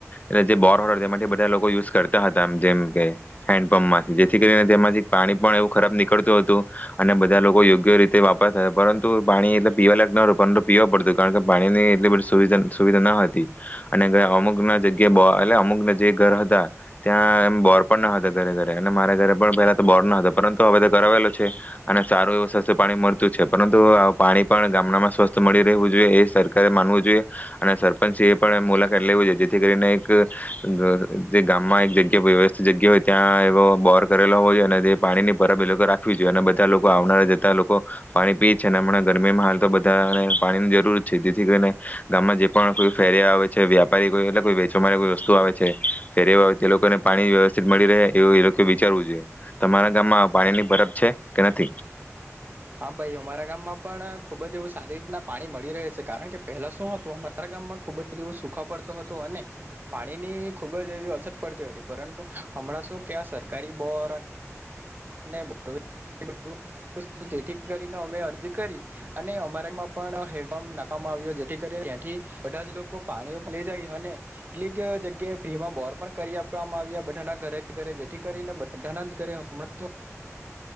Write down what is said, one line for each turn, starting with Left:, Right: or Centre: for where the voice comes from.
Left: એ જે બોર હોય તેમાંથી બધા લોકો યુઝ કરતા હતા. જેમ કે, હેન્ડપંપમાંથી જેથી કરીને તેમાંથી પાણી પણ એવું ખરાબ નીકળતું હતું. અને બધા લોકો યોગ્ય રીતે વાપરતા હતા. પરંતુ, પાણી એટલે પીવા લયક ન હતું. પરંતુ પીવા પડતું. કારણ કે, પાણીની એટલી બધી સુવિધા સુવિઘા ન હતી. અને કે અમુક ના જગ્યાએ બ એટલે અમુક ના જે ઘર હતા ત્યાં, એમ બોર પણ ના હતા ઘરે ઘરે. અને મારા ઘરે પણ પહેલા તો બોર ન હતો. પરંતુ, હવે તો કરાવેલું છે. અને સારું એવું સ્વસ્થ પાણી મળતું જ છે. પરંતુ અ પાણી પણ ગામડામાં સ્વસ્થ મળી રહેવું જોઈએ. એ સરકારે માનવું જોઈએ, અને સરપંચ સિ એ પણ મુલા હેલ લેવું જોઈએ. જેથી કરીને એક ગ ગ જે ગામમાં એક જગ્યા વ્યવસ્થિ જગ્યા હોય, ત્યાં એવો બોર કરેલો હોવો જોયે અને તે પાણીની પરબ એ લોકો રાખવી જોઈએ. અને બધા લોકો આવનારા જતા લોકો પાણી પી છે. અને હમણાં ગરમીમાં હાલ તો બધાને પાણીન જરૂર છે, જેથી કરીને ગામમાં જે પણ કોઈ ફેરિયા આવે છે. વ્યાપારી કોઈ એટલે કોઈ વેચવા માટે કોઈ વસ્તુ આવે છે. ફેરીયો આવે તે લોકોને પાણી વ્યવસ્થિત મળી રહે. એવું એ લોકો વિચારવું જોઈએ. તમારા ગામમાં પાણીની પરબ છે કે નથી?
Right: હા ભઈ, અમારા ગામમાં પણ ખુબ જ એવું સારી રીતના પાણી મળી રહે સે. કારણ કે પહેલા શું હતું અમારા ગામમાં ખુબ જ એવું સુખો પડતો હતો. અને પાણીની ખુબ જ એવી અછત પડતી હતી. પરંતુ હમણાં શું ક્યાં સરકારી બોર <unintelligible> ખેતી કરીને અમે અરજી કરી. અને અમારામાં પણ હેન્ડપંપ નાખવામાં આવ્યો. જેથી કરીને ત્યાંથી બધા જ લોકો પાણી ઉપ લઇ જાય. અને ટલીક જગ્યાએ ફ્રી માં બોર પણ કરી આપવામાં આવ્યા. બધાના ઘરે-ઘરે. જેથી કરીને બધાના જ ઘરે <unintelligible>